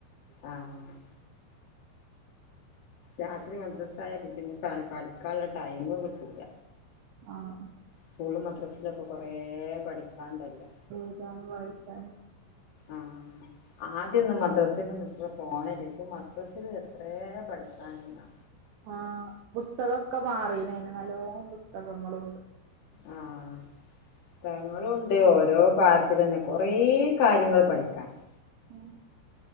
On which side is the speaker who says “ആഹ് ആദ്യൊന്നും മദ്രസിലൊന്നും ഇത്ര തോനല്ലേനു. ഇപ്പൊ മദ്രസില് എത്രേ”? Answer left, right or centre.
Left